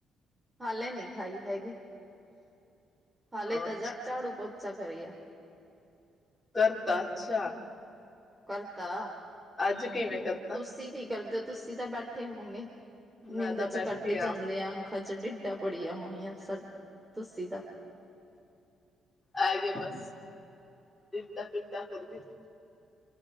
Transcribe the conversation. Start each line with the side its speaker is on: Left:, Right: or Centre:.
Right: ਹਾਲੇ ਨੀ ਖਾਈ ਹੈਗੀ ਹਾਲੇ
Left: ਹਾਂ
Right: ਤਾਂ ਝਾੜੂ ਪੋਚਾ ਕਰਿਆ।
Left: ਕਰਤਾ ਅੱਛਾ
Right: ਕਰਤਾ।
Left: ਅੱਜ ਕਿਵੇਂ ਕਰਤਾਂ।
Right: ਤੁਸੀਂ ਕੀ ਕਰਦੇ ਹੋ ਤੁਸੀਂ ਤਾਂ ਬੈਠੇ ਹੋਣੇ
Left: ਮੈਂ
Right: ਨਿੰਦ
Left: ਤਾਂ
Right: ਚ
Left: ਬੈਠੀ
Right: ਪੜਦੇ ਜਾਂਦੇ ਆ। ਅੱਖਾਂ ਚ ਡਿੱਡਾ ਪੜੀਆਂ ਹੋਣੀਆਂ ਤੁਸੀਂ ਦਾ
Left: ਆਏ ਗਏ ਬਸ ਦਿਦਾ ਫਿਰਦਾ ਕਰਦੀ।